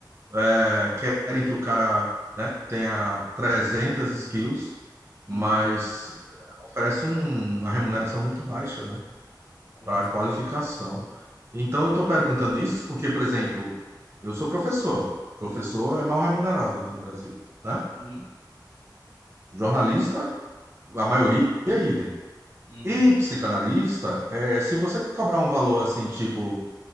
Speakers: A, on the right; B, on the left.
A: é, querem que o cara, né, tenha 300 skills, mas
B: Uhum.
A: oferece um- uma remuneração muito baixa, né,
B: Com
A: para a
B: certeza,
A: qualificação. Então,
B: com
A: eu estou
B: certeza.
A: perguntando isso porque, por exemplo, eu sou professor. Professor
B: Aham,
A: é mal remunerado aqui no Brasil, né?
B: Uhum.
A: Jornalista, a maioria é idem.
B: Uhum.
A: E psicanalista, é, se você cobrar um valor assim, tipo